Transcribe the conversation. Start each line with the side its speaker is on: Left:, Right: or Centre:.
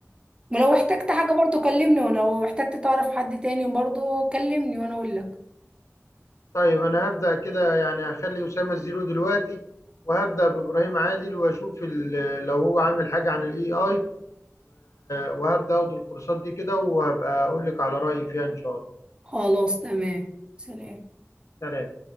Right: ولو احتجت حاجة برضو كلمني ولو احتجت تعرف حد تاني برضو كلمني وانا اقول لك
Left: طيب انا هبدأ كده يعني هخلي أسامة الزيرو دلوقتي وهبدأ بإبراهيم عادل واشوف ال- لو هو عامل حاجة عن الاي اي وهبدأ اخد الكورسات دي كده وهبقى اقول لك على رأيي فيها ان شاء الله
Right: خلاص تمام سلام
Left: سلام